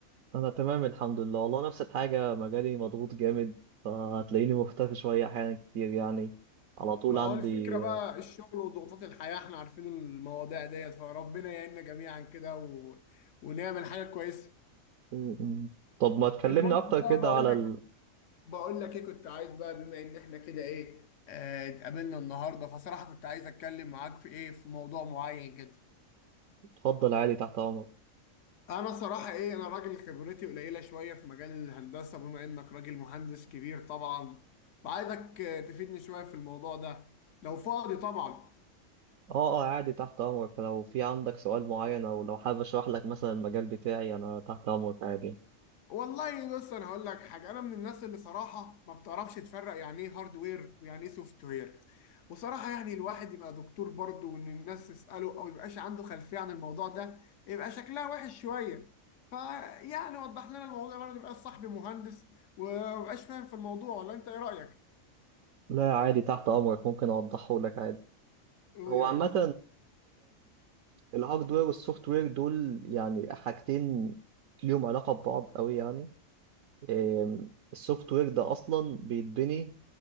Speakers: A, on the right; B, on the left.
A: انا تمام الحمد لله والله نفس الحاجه مجالي مضغوط جامد فهتلاقيني مختفي شويه احيانا كتير يعني على طول
B: ما هو
A: عندي
B: الفكره بقى الشغل وضغوطات الحياه احنا عارفين المواضيع ديت فربنا يعيننا جميعا كده و... ونعمل حاجه كويسه
A: م- م. طب ما تكلمني
B: المهم
A: اكتر
B: بقى
A: كده
B: بقول
A: على
B: لك
A: ال-
B: بقول لك ايه كنت عايز بقى بما ان احنا كده ايه آه، اتقابلنا النهارده فصراحه كنت عايز اتكلم معاك في ايه في موضوع معين كده
A: اتفضل عادي تحت امرك
B: انا صراحه ايه انا راجل خبرتي قليله شويه في مجال الهندسه بما انك راجل مهندس كبير طبعا فعايزك آه، تفيدني شويه في الموضوع ده لو فاضي طبعا
A: اه اه عادي تحت امرك لو في عندك سؤال معين او لو حابب اشرح لك مثلا المجال بتاعي انا تحت امرك عادي
B: والله بص انا هقول لك حاجه انا من الناس اللي صراحه ما بتعرفش تفرق يعني ايه هاردوير ويعني ايه سوفت وير وصراحه يعني الواحد يبقى دكتور برضه وان الناس تساله او يبقاش عنده خلفيه عن الموضوع ده يبقى شكلها وحش شويه فيعني وضح لنا الموضوع برضه يبقى صاحبي مهندس وما بقاش فاهم في الموضوع ولا انت ايه رايك؟
A: لا عادي تحت امرك ممكن اوضحه لك عادي
B: قول
A: هو
B: يا
A: عامه
B: ريس
A: الهاردوير والسوفت وير دول يعني حاجتين ليهم علاقة ببعض قوي يعني إم، السوفت وير ده أصلا بيتبني